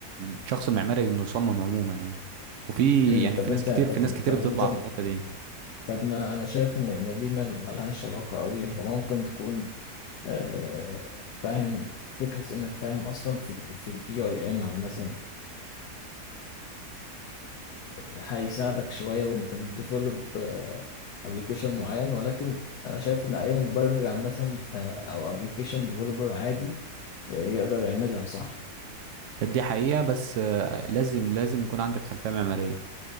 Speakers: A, on the right; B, on the left.
A: الشخص المعماري انه يصمم عموما يعني وفي
B: امم
A: يعني
B: طب
A: في
B: أنت
A: ناس كتير
B: طب
A: في ناس كتير
B: طب
A: بتطلع
B: أنت
A: في الحته دي
B: طب ما انا شايف ان ان دي مل- ملهاش علاقه قوي هو ممكن تكون آه، فاهم فكره انك فاهم اصلا في ال في البي اي ام مثلا هيساعدك شويه وانت بتديفلوب ابلكيشن معين ولكن انا شايف ان اي مبرمج عامه آه، او ابلكيشن ديفلوبر عادي آه، يقدر يعملها صح
A: دي حقيقه بس آه، لازم لازم يكون عندك خلفيه معماريه